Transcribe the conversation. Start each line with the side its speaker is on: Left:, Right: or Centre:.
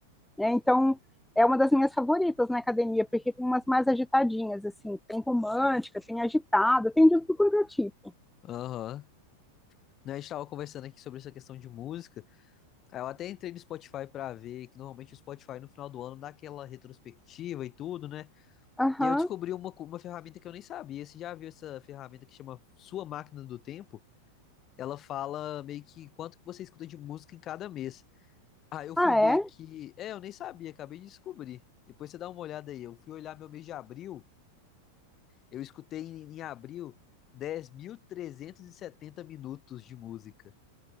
Centre: né? Então, é uma das minhas favoritas na academia, porque tem umas mais agitadinhas, assim. Tem romântica, tem agitada, tem de tudo quanto é tipo.
Left: Aham. Né, A gente tava conversando aqui sobre essa questão de música. Aí Eu até entrei no Spotify pra ver que normalmente o Spotify no final do ano dá aquela retrospectiva e tudo, né?
Centre: Aham.
Left: E aí eu descobri uma, co- uma ferramenta que eu nem sabia. Você já viu essa ferramenta que chama Sua Máquina do Tempo? Ela fala meio que quanto que você escuta de música em cada mês. Aí eu fui
Centre: Ah,
Left: ver
Centre: é?
Left: que. É, eu nem sabia, acabei de descobrir. Depois você dá uma olhada aí. Eu fui olhar meu mês de abril. Eu escutei em, em abril 10.370 minutos de música.